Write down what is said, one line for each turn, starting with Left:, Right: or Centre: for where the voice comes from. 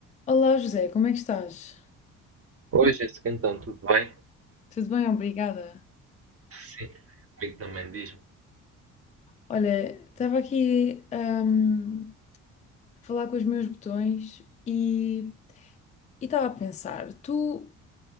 Left: Olá José, como é que estás?
Right: Oi, Jéssica, então, tudo bem?
Left: Tudo bem, obrigada.
Right: Sim, comigo também diz-me.
Left: Olha, estava aqui hum, a falar com os meus botões e e estava a pensar, tu,